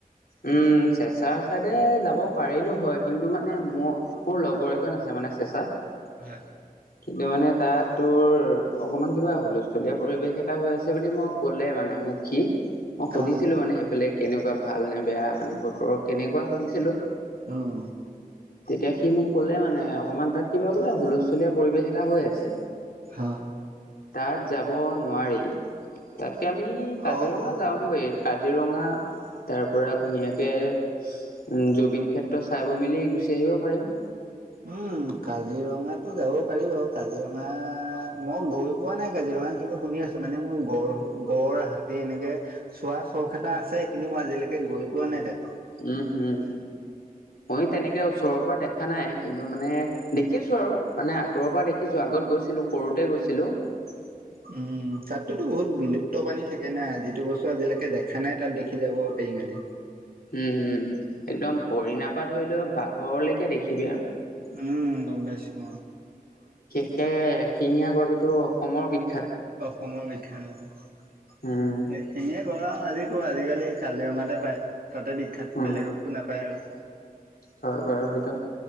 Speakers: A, on the left; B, on the right.
A: উম চেচা চাইডে যাব পাৰিলো হয় কিন্তু মানে মোৰ মোৰ লগৰ এজন আছে ম মানে চেচাত
B: হয়
A: কিন্তু মানে তাত তোৰ অকমান কিবা হুলস্থুলীয়া পৰিবেশ এটা হৈ আছে বুলি মই ক'লে মানে মুখী মই সুধিছিলো
B: অ
A: মানে সেইফালে কেনেকুৱা ভাল নে বেয়া মানে বতৰৰ কেনেকুৱা সুধিছিলো
B: হম
A: তেতিয়া সি মোক কলে মানে অকমান তাত কিবা বোলে হুলস্থুলীয়া পৰিৱেশ এটা হৈ আছে
B: হা
A: তাত যাব নোৱাৰি তাকে আমি কাজিৰঙা
B: অ অ
A: যাও বই কাজিৰঙা তাৰ পৰা ধুনীয়াকে উম জুবিন ক্ষেত্ৰ চাই বৈ মেলি গুচি আহিব পাৰিম
B: উম কাজিৰঙা যাব পাৰি বাৰ কাজিৰঙা মই গৈ পোৱা নাই কাজিৰঙ কিমান খিনি শুনি আছো মানে মোৰ গড় গড় হাতী এনেকে চোৱা চখ এটা আছে কিন্তু মই আজি একে গৈ পোৱা নাই তাত
A: উম হম ময় তেনেকে ওচৰৰ পৰা দেখা দেখা নাই কিন্তু মানে দেখিছো আৰু মানে আঁতৰৰ পৰা দেখিছো আগত গৈছিলো সৰুতে গৈছিলো <unintelligible>
B: উম তাতোতো বহুত বিলুপ্ত পানী থাকে না যিটো বস্তু আজিলৈকে দেখা নাই তাত দেখি যাব মানে
A: উম হম একদম হৰিণাৰ পৰা ধৰি লওক বাঘৰলৈকে দেখিবি আৰু
B: উম গম পাইছো
A: বিশ শিঙীয়া গড়টোতো অসমৰ বিশ
B: অসমৰ <unintelligible> আজিকালি
A: উম
B: কাজিৰঙাতে পায় তাতে বিখ্যাত
A: উম
B: বেলেগতো নাপায় আৰু
A: হয় বাৰু সেইটো